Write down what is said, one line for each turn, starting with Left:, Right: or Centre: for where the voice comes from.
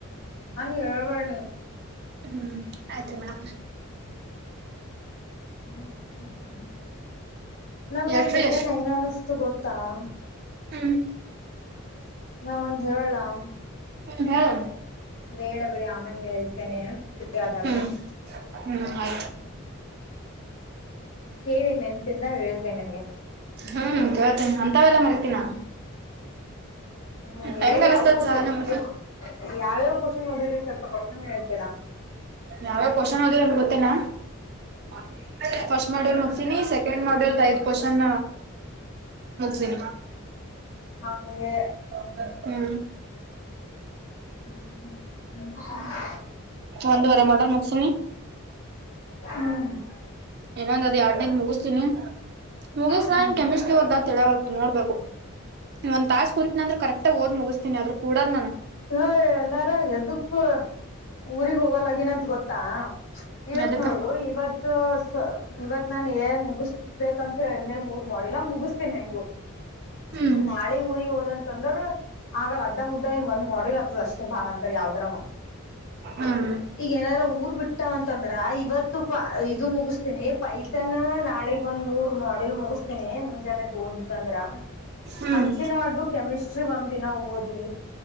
Left: ಹಂಗ್ ಹೆಳ್ಬೆಡ್ ನಿ
Right: ಹ್ಮ್ ಆಯ್ತ್ರಿ ಮೇಡಮ್
Left: <inaudible> ನಂಗ್ ಒಂದ್
Right: ಎಷ್ಟ್ರಿ
Left: ಸೆಕೆಂಡ್
Right: ಎಷ್ಟ್
Left: ಹೆಂಗ ಅನಿಸ್ತು ಗೊತ್ತ್ ತ್ತಾ <unintelligible>
Right: ಹ್ಮ್.
Left: <inaudible> ನಾ ಒಂದ್ ಹೇಳಲಾ
Right: ಹ್ಮ ಹೆಳ್
Left: ಬೇಡ ಬಿಡಿ ಆಮೇಲೆ ಹೇಳ್ತೇನೆ ಆದಾಗ
Right: ಹ್ಮ್ <unintelligible> ಹ್ಮ್ ಆಯ್ತು
Left: ಕೇಳಿ ನೆನ್ಪಿಂದ ಹೇಳ್ತಿನಿ ನಿಮ್ಗೆ
Right: ಹ್ಮ್ ಕೇಳ್ತೇನೆ ಹಂತವೆಲ್ಲ ಮರಿತೀನಾ
Left: <inaudible> ಹ್ಮ್
Right: ಹೆಂಗ
Left: ಏ
Right: ಅನಸ್ತದ
Left: ಯಾವ್ ಖುಷಿ
Right: ಚಾ ನಮ್ಮ
Left: ಇಷ್ಟ ಯಾವ್ಯಾವ್ ಕ್ವೆಶ್ಚನ್ ಓದಿದ್ರಿ ಸ್ವಲ್ಪ ಕ್ವೆಶ್ಚನ್ ಹೇಳ್ತೀರಾ
Right: ಯಾವ್ಯಾವ ಕ್ವೆಶ್ಚನ್ ಓದಿನಿ ಅಂತ್ ಗೊತ್ತೇಲ್ಲಾ <unintelligible> ಫಸ್ಟ್ ಮಾಡಲ್ ಮುಗಸೆನಿ ಸೆಕೆಂಡ ಸೆಕೆಂಡ್ ಮಾಡೆಲ್ದ್ ಐದ್ ಕ್ವಶನ್ ಮುಗಸೀನಿ
Left: ಹಂಗೇ
Right: <unintelligible> ಹ್ಮ್.
Left: <inaudible>
Right: ಒಂದುವರೆ ಮಾಡಲ್ ಮುಗಸಿನಿ.
Left: ಹ್ಮ.
Right: ಇನೋದ್ ಅದ್ ಯಾಡ್ನದ್ ಮುಗಿಸ್ತಿನೀ ಮುಗಿಸ್
Left: ಹ್ಮ್
Right: ನಾ ಕೆಮಿಸ್ಟ್ರಿ ಓದ್ಲಾ ತಿಳ್ಯವ್ಲ್ತ್ ನೋಡ್ಬೇಕು. ಒಂದ ತಾಸ್ ಕುಂತ್ನ್ ಅಂದ್ರ ಕರೆಕ್ಟ ಓದ್ ಮುಗಿಸ್ತೀನಿ ಆದ್ರ ಕೂಡಲ್ ನಾನ್.
Left: ಹೇಏ ಎಲ್ಲಾರ ಎದಕ್ಕ ಊರಿಗಿ ಹೋಗಲ್ಲಾಗಿನಿನಂತ ಗೊತ್ತ ತ್ತಾ ಇವತ್
Right: ಅದಕ್ಕ
Left: ನೋಡು ಇವತ್ತ್ ಇವತ್ ನಾನ್ ಏ ಮುಗಿಸಬೇಕಂತ ಹೇಳನೇ ಮೂರ್ ಮಾಡಿಲ್ಲ ಮುಗಿಸ್ತಿನಿ ಹೆಂಗು.
Right: ಹ್ಮ್
Left: ನಾಳೆ ಊರಿಗೆ ಹೋದಂತಂದ್ರ ಆಗಲ್ಲ ಅದ್ದ ಮುರ್ದ್ದ ಏನ್ ಒಂದ್ ಮಾಡ್ಯೂಲ್ ಆಗ್ತದ ಅಷ್ ಬಾಳ ಅಂದ್ರ ಯಾವ್ದರ ಒಂದ್
Right: ಹ್ಮ್
Left: ಈಗ ಏನಾರ ಊರ್ ಬಿಟ್ಟ ಟಾ ಅಂತಂದ್ರ ಇವತ್ತು ಪ ಇದು ಮುಗಿಸತೀನಿ. ಪೈತಾನ ನಾಳೀ ಒಂದ್ ಮೂರ್ ಮಾಡ್ಯೂಲ್ ಮುಗ್ಸುತೀನಿ. ಮುಂಜಾನೆ ಎದ್ದು ಓದ್ರಾ ಅಂದ್ರ
Right: ಹ್ಮ್
Left: ಅಚ್ಚಿ ನಾಡ್ದು. ಕೆಮಿಸ್ಟ್ರಿ ಒಂದ ದಿನ ಓದಿ.